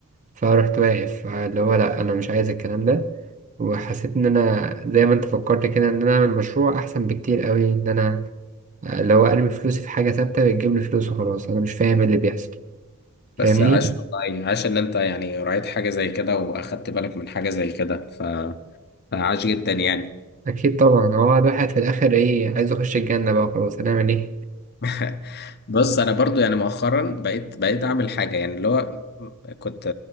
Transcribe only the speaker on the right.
فرحت واقف اللي هو لا انا مش عايز الكلام ده وحسيت ان انا زي ما انت فكرت كده ان انا اعمل مشروع احسن بكتير قوي ان انا اللي هو ارمي فلوسي في حاجه ثابته بتجيب لي فلوس وخلاص انا مش فاهم إيه اللي بيحصل فاهمني
اكيد طبعا هو الواحد في الاخر ايه عايز يخش الجنه بقى خلاص هنعمل ايه